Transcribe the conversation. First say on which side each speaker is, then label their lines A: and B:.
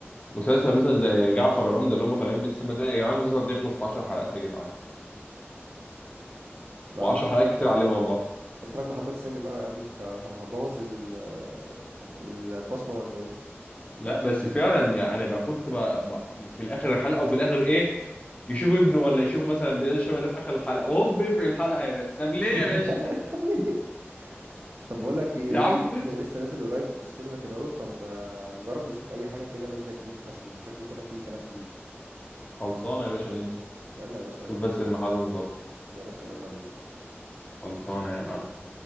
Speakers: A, on the left; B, on the right.
A: مسلسل مثلا زي جعفر العمدة اللي هم طالعين بالسما ده يا جدعان المسلسل ده يخلص في 10 حلقات يا جدعان
B: ما
A: و10 حلقات كتير عليه والله
B: اخراج محمد سامي بقى يا عم انت هبوظ ال- البصمة ولا ايه
A: لا بس فعلا يعني انا بقى كنت بقى بقى في الاخر الحلقه او في الاخر ايه يشوف ابنه ولا يشوف مثلا بلال شبه ده في اخر الحلقه وهوب بيقفل الحلقه يا باشا طب ليه
B: <laughs>
A: يا باشا
B: طب ليه طب بقول
A: <laughs>
B: لك ايه
A: يا عم
B: في فيلم لسه نازل قريب في السينما كده اهو طب ما نجرب نشوف اي حاجة كده نازلة جديد عشان شكله كده فيه كلام كبير
A: خلصانه يا باشا ننزل
B: يلا يا باشا يلا
A: شوف بس
B: بينا
A: الميعاد ونظبط
B: يا باشا يلا بينا
A: خلصانه يا معلم